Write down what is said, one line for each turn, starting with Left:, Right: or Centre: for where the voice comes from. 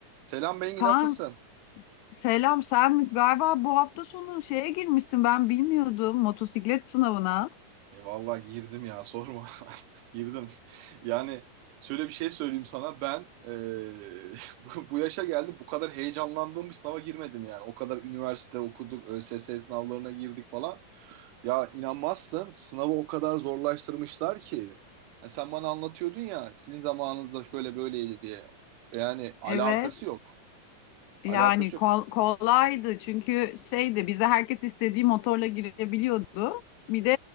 Right: Selam Bengi
Left: Kaan
Right: nasılsın?
Left: selam sen galiba bu hafta sonu şeye girmişsin ben bilmiyordum motosiklet sınavına.
Right: E, vallahi girdim ya sorma. <laughs> Girdim. Yani şöyle bir şey söyleyeyim sana ben e, <laughs> bu, bu yaşa geldim bu kadar heyecanlandığım bir sınava girmedim yani. O kadar üniversite okuduk, ÖSS sınavlarına girdik falan. Ya inanmazsın sınavı o kadar zorlaştırmışlar ki. Yani sen bana anlatıyordun ya sizin zamanınızda şöyle böyleydi diye. Yani alakası
Left: Evet
Right: yok.
Left: yani
Right: Alakası
Left: kol-
Right: yok.
Left: kolaydı çünkü şeydi bize herkes istediği motorla girebiliyordu. Bir de